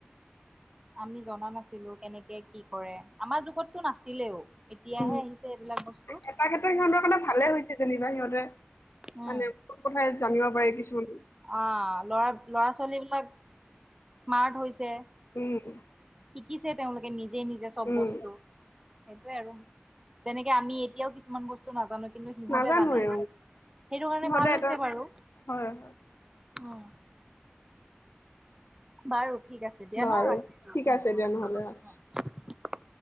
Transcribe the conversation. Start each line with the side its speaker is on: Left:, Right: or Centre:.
Right: আমি জনা নাছিলো কেনেকে কি কৰে। আমাৰ যুগতটো নাছিলেও। এতিয়াহে
Left: উম
Right: আহিছে এইবিলাক বস্তু।
Left: এটা ক্ষেত্ৰত সিহঁতৰ কাৰণে ভালে হৈছে যেনিবা সিহঁতে
Right: উম
Left: মানে বহুত কথাই জানিব পাৰি কিছুমান
Right: অ, লৰা ল'ৰা ছোৱালী বিলাক স্মাৰ্ট হৈছে।
Left: উম।
Right: শিকিছে তেওঁলোকে নিজে নিজে চব
Left: উম
Right: বস্তু। সেইটোয়ে আৰু যেনেকে আমি এতিয়াও কিছুমান বস্তু নাজানো। কিন্তু সিহঁতে
Left: নাজানোৱে
Right: জানে, সেইটো কাৰণে
Left: সিহঁতে
Right: ভাল হৈছে
Left: এটা
Right: বাৰু।
Left: হয় হয়
Right: উম। বাৰু ঠিক আছে দিয়া
Left: বাৰু
Right: ন ৰাখিছো
Left: ঠিক
Right: উম,
Left: আছে দিয়া
Right: উম,
Left: নহ'লে ৰাখিছোঁ।
Right: উম।